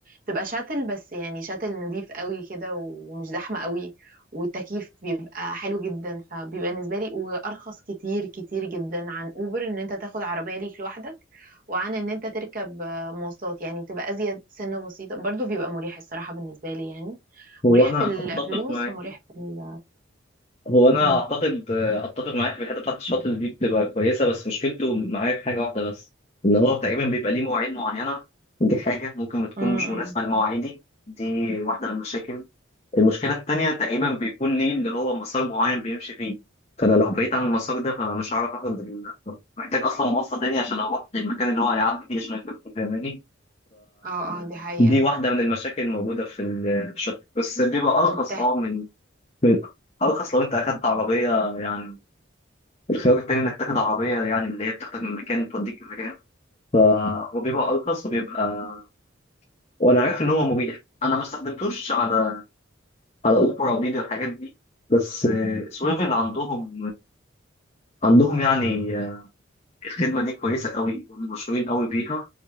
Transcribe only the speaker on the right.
تبقى شاتل بس يعني شاتل نظيف قوي كده ومش زحمه قوي والتكييف بيبقى حلو جدا فبيبقى بالنسبه لي وارخص كتير كتير جدا عن اوبر ان انت تاخد عربيه ليك لوحدك وعن ان انت تركب آه، مواصلات يعني بتبقى ازيد سنه بسيطه برضو بيبقى مريح الصراحه بالنسبه لي يعني
مريح
في الفلوس
ومريح في ال
مم.
مم. مم.
اه اه دي حقيقة
وبتحت